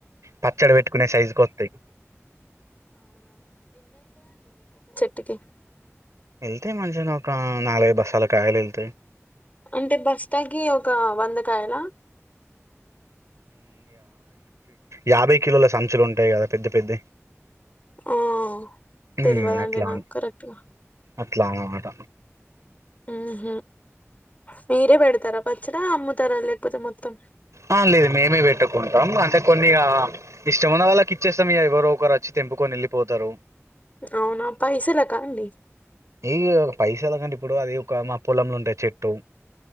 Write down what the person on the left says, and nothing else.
టీ
అంటే బస్తాకి ఒక వందకాయలా
ఆ
తెల్వదండి
నాకు
కరెక్ట్గా
ఉహ మీరే పెడతారా పచ్చిరా అమ్ముతారా లేకుపోతే మొత్తం
అవునా పైసలా కా అండి